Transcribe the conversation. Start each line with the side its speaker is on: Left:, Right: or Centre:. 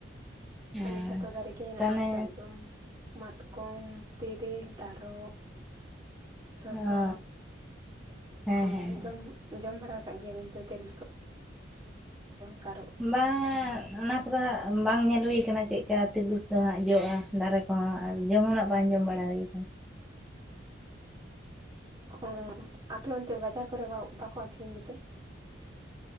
Centre: ᱦᱮᱸ
Right: ᱢᱟᱱᱮ ᱷᱡᱚᱛᱚ ᱫᱟᱨᱮ ᱜᱮ ᱦᱮᱱᱟᱜᱼᱟ
Centre: ᱛᱟᱦᱚᱞᱮ
Right: ᱥᱟᱨᱡᱚᱢ, ᱢᱟᱛᱠᱚᱢ, ᱛᱤᱨᱤᱞ, ᱛᱟᱨᱚᱵ, ᱥᱚᱥᱚ,
Centre: ᱚ ᱦᱮᱸ
Right: ᱚ
Centre: ᱦᱮᱸ ᱦᱮᱸ
Right: ᱡᱚᱢ ᱡᱚᱢ ᱵᱟᱲᱟ ᱟᱠᱟᱫ ᱜᱮᱭᱟᱵᱤᱱ ᱛᱚ ᱛᱮᱨᱮᱞ ᱠᱚ ᱛᱟᱨᱚᱵ
Centre: ᱵᱟᱝᱼᱟ ᱚᱱᱟ ᱠᱚ ᱫᱚ ᱦᱟᱸᱜ ᱵᱟᱝ ᱧᱮᱞ ᱦᱩᱭ ᱠᱟᱱᱟ ᱪᱮᱫᱠᱟ ᱛᱮᱨᱤᱞ ᱠᱚ ᱫᱚ ᱦᱟᱸᱜ ᱡᱚᱜᱼᱟ᱾ ᱫᱟᱨᱮ ᱠᱚ ᱦᱟᱸᱜ ᱟᱨ ᱡᱚᱢ ᱦᱚᱸ ᱱᱟᱜ ᱵᱟᱝ ᱡᱚᱢ ᱵᱟᱲᱟ ᱦᱩᱭᱠᱟᱱᱟ᱾
Right: ᱚᱜ ᱟᱯᱮ ᱚᱱᱛᱮ ᱵᱟᱡᱟᱨ ᱠᱚ ᱨᱮ ᱵᱟᱼᱵᱟᱠᱚ ᱟᱠᱷᱨᱤᱧ ᱜᱮᱛᱮ?